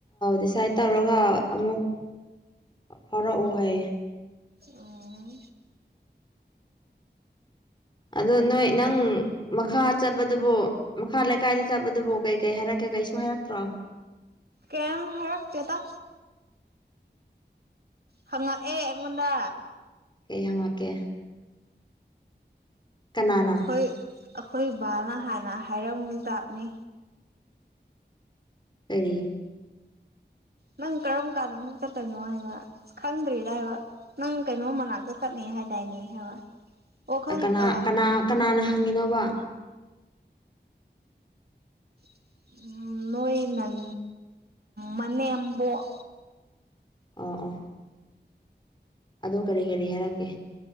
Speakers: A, on the left; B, on the right.
A: ꯗꯤꯁꯥꯏꯠ ꯇꯥꯔꯣ <unintelligible> ꯑꯃꯨꯛ ꯐꯥꯎꯔꯛꯑꯣ ꯍꯥꯏꯌꯦ
B: ꯑꯣ
A: ꯑꯗꯣ ꯅꯣꯏ ꯅꯪ ꯃꯈꯥ ꯆꯠꯄꯗꯨꯕꯨ ꯃꯈꯥ ꯂꯩꯀꯥꯏꯗ ꯆꯠꯄꯗꯨꯕꯨ ꯀꯩ ꯀꯩ ꯍꯥꯏꯔꯛꯀꯦ ꯀꯩꯁꯨ ꯍꯥꯏꯔꯛꯇ꯭ꯔꯣ
B: ꯀꯩꯝ ꯍꯥꯏꯔꯛꯇꯦꯗ ꯍꯪꯉꯛꯑꯦ ꯑꯩꯉꯣꯟꯗ
A: ꯀꯩ ꯍꯪꯉꯛꯀꯦ ꯀꯅꯥꯅ
B: ꯈꯣꯏ ꯑꯩꯈꯣꯏ ꯕꯥꯅ ꯍꯥꯟꯅ ꯍꯥꯏꯔꯝꯗꯥꯠꯅꯤ
A: ꯀꯔꯤ
B: ꯅꯪ ꯀꯔꯝ ꯀꯥꯟꯗ ꯑꯃꯨꯛ ꯇꯠꯇꯨꯏꯅꯣ ꯍꯥꯏꯕ ꯈꯪꯗ꯭ꯔꯤꯔꯥ ꯍꯥꯏꯕ ꯅꯪ ꯀꯩꯅꯣꯝ ꯃꯅꯥꯛꯀ ꯇꯠꯅꯤ ꯍꯥꯏꯗꯥꯏꯅꯦ ꯍꯥꯏꯕ ꯑꯣ ꯈꯪ
A: ꯀꯅꯥ
B: ꯑ
A: ꯀꯅꯥ ꯀꯅꯥꯅ ꯍꯪꯉꯤꯅꯣꯕ
B: <unintelligible> ꯎꯝ ꯅꯣꯏ ꯅꯥꯟ ꯃꯅꯦꯝꯕꯣꯛ
A: ꯑ ꯑ ꯑꯗꯣ ꯀꯔꯤ ꯀꯔꯤ ꯍꯥꯏꯔꯛꯀꯦ